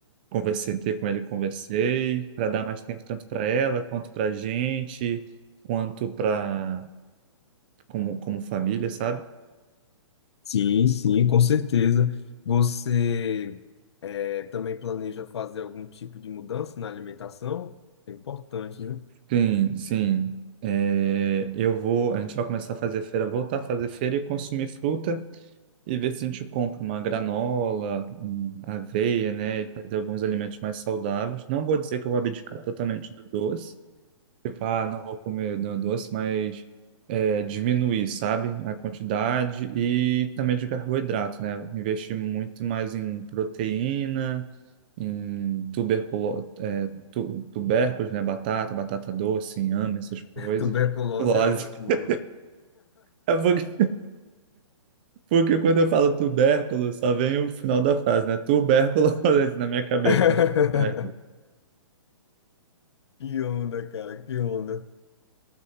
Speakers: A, on the right (about 20°); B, on the left (about 60°).
A: conversei com ele, conversei, para dar mais tempo tanto para ela, quanto para gente, quanto para como, como família, sabe?
B: Sim, sim, com certeza. Você é, também planeja fazer algum tipo de mudança na alimentação? É importante, né?
A: Sim, sim. É, eu vou, a gente vai começar a fazer feira, voltar a fazer feira e consumir fruta e ver se a gente compra uma granola, hum, aveia, né, e fazer alguns alimentos mais saudáveis. Não vou dizer que eu vou abdicar totalmente do doce, Tipo, ah, não vou comer não, doce, mas é, diminuir, sabe? A quantidade e também de carboidrato, né? Investir muito mais em proteína, em tuberculo, é, tu- tubérculos, né? Batata, batata doce, inhame, essas coisas.
B: Tuberculose
A: Tuberculose.
B: é ótimo,
A: <laughs>
B: né?
A: É porque, porque quando eu falo tubérculo, só vem o final da frase, né? Tuberculose <laughs> na minha cabeça,
B: <laughs>
A: mas é tubérculo.
B: Que onda, cara, que onda.